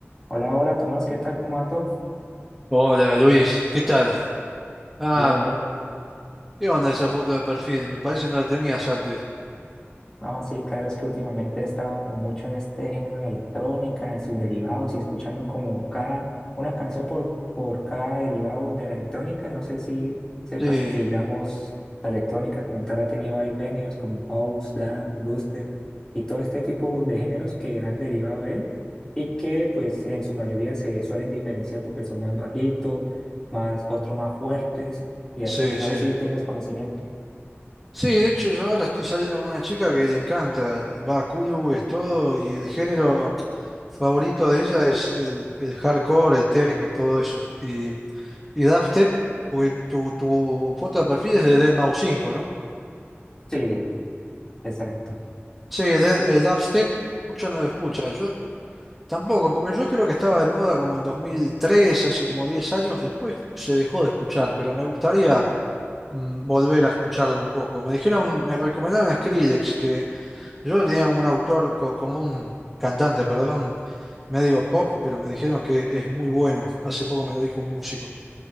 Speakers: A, on the left (about 15°); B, in the centre.
A: Hola, hola Tomás, ¿qué tal? ¿Cómo va todo?
B: Hola Luis, ¿qué tal? Ah,
A: Bien, bien.
B: ¿qué onda esa foto de perfil? Me parece que no la tenías antes.
A: No, sí, claro, es que últimamente he estado como mucho en este género de electrónica, en sus derivados y escuchando como cada, una canción por, por cada derivado de la electrónica. No sé si sepas
B: Sí,
A: que, digamos, la electrónica como tal ha tenido varios géneros como house, dance, dubstep y todo este tipo de géneros que han derivado de él y que pues en su mayoría se suelen diferenciar porque son más bajitos, más, otros más fuertes y así.
B: sí,
A: No
B: sí.
A: sé si tengas conocimiento.
B: Sí, de hecho yo ahora estoy saliendo con una chica que le encanta, va a Kulu, es todo, y el género favorito de ella es el, el hardcore, el techno, todo eso. Y, y Daft Tep, porque tu, tu foto de perfil es de deadmau 5, ¿no?
A: Sí, exacto.
B: Sí, el, dead- el dubstep mucho no lo escucha. Yo Tampoco, porque yo creo que estaba de moda como en 2003, hace como 10 años, después se dejó de escuchar, pero me gustaría mm, volver a escucharlo un poco. Me dijeron, me recomendaron a Skrillex, que yo tenía un autor, co- como un cantante, perdón, medio pop, pero me dijeron que es muy bueno. Hace poco me lo dijo un músico.